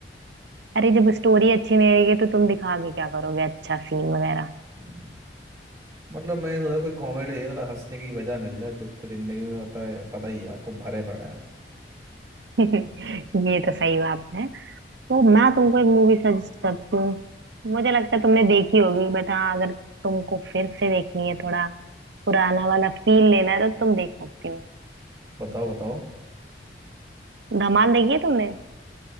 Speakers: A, on the right; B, on the right.
A: अरे जब स्टोरी अच्छी नहीं रहेगी तो तुम दिखा के क्या करोगे अच्छा सीन वगैरह
B: हम्म, मतलब मैं थोड़ा कोई कॉमेडी देखा थोड़ा हंसने की वजह मिल रहा है दुख तो जिंदगी में होता है पता ही है आपको भरे पड़ा है
A: <laughs> ये तो सही बात है तो मैं तुमको एक मूवी सजेस्ट करती हूँ मुझे लगता है तुमने देखी होगी बट हाँ अगर तुमको फिर से देखनी है थोड़ा पुराना वाला फील लेना है तो तुम देख सकती हो
B: बताओ बताओ
A: धमाल देखी है तुमने